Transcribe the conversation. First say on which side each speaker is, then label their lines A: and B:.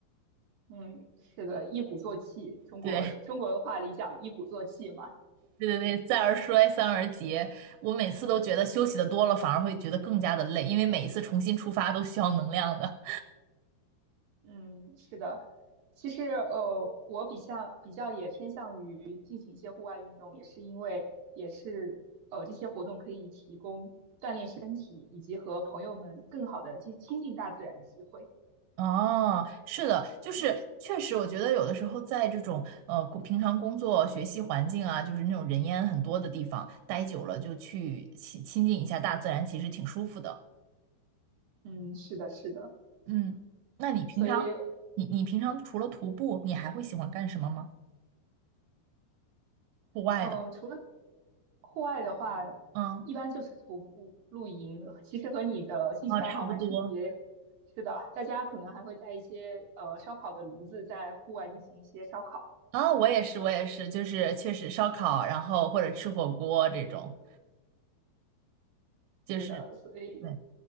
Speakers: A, on the right (about 70°); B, on the right (about 85°).
A: 嗯，是的，一鼓作气，中国中国的话里讲一鼓作气嘛。
B: 对，对对对，再而衰，三而竭。我每次都觉得休息的多了，反而会觉得更加的累，因为每一次重新出发都需要能量的。
A: 嗯，是的。其实呃，我比较比较也偏向于进行一些户外运动，也是因为也是呃这些活动可以提供锻炼身体以及和朋友们更好的去亲近大自然的机会。
B: 哦，是的，
A: 嗯
B: 就是确实，我觉得有的时候在这种呃工平常工作、学习环境啊，就是那种人烟很多的地方待久了，就去亲亲近一下大自然，其实挺舒服的。
A: 嗯，是的，是的。
B: 嗯，那你平常你你平常除了徒步，
A: 所以
B: 你还会喜欢干什么吗？户外的，
A: 嗯，除了户外的话，
B: 嗯，
A: 一般就是徒步、露营，其实和你的兴趣爱好蛮重叠。
B: 啊，差不多。
A: 是的，大家可能还会带一些呃烧烤的炉子，在户外进行一些烧烤。
B: 啊，我也是，我也是，就是确实烧烤，然后或者吃火锅这种，就是
A: 对的，所以
B: 对。